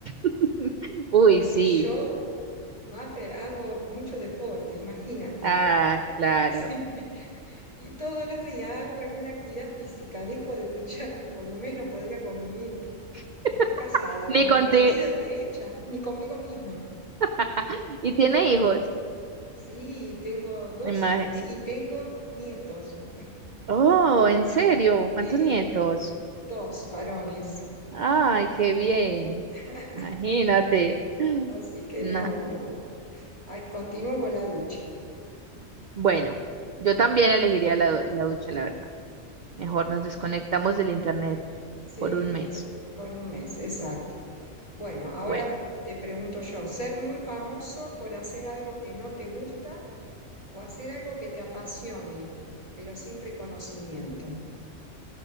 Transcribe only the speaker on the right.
<laughs> Uy,
sí.
Ah,
claro.
<laughs>
Ni
contigo.
<laughs> ¿Y tiene hijos?
Ima-
eh,
Oh, ¿en serio?
¿Cuántos nietos?
Ay, qué bien.
Imagínate. <gasps>
Nah.
Bueno, yo también elegiría la, du- la ducha, la verdad.
Mejor nos desconectamos del internet
por un mes.
Bueno,